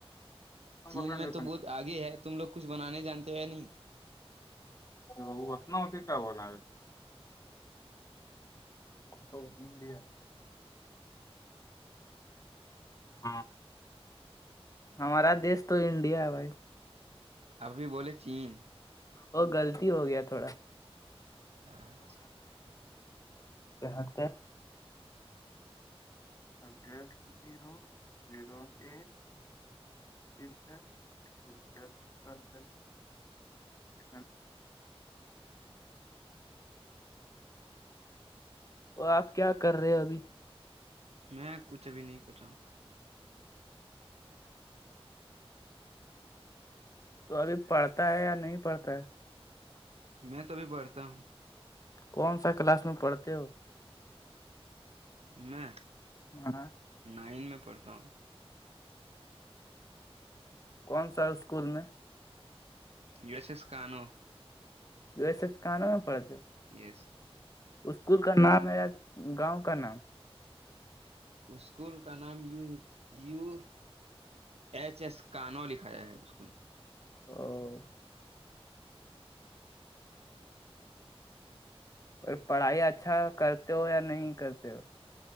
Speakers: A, on the right (about 80°); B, on the left (about 35°).
A: چین
B: بول رہے
A: میں تو بہت آگے ہے تم لوگ کچھ بنانے جانتے ہوئے نہیں
B: وہ اتنا ہوتی کیا بولا ہے <unintelligible> ک مڈیا ہاں ہمارا دیس تو انڈیا بھائی
A: اب بھی بولے چین
B: اور غلط ہو گیا تھوڑا
A: اچھا
B: ہاں کیا اگ زیرو زیرو ایک ایک صرف اچ سر خ <unintelligible> <inaudible> تو آپ کیا کر رہے ہو ابھی
A: میں کچھ ابھی نہیں کر رہا ہوں
B: تو ابھی پڑھتا ہے یا نہیں پڑھتا ہے
A: میں تو بھی پڑھتا ہوں
B: کون سا کلاس میں پڑھتے ہو
A: میں
B: ہاں
A: نائن میں پڑھتا ہوں
B: کون سا اسکول میں
A: یہ وس اس کاانو
B: جو ایسے کانوں میں پڑتے ہو
A: یس
B: اسکول کا نام ہےا گاؤں کا نام
A: اسکول کا نام ی یو ایچ ایس کانو لکھا جائے ہے اس
B: ا <inaudible> اور پڑھائی اچھا کرتے ہو یا نہیں کرتے ہو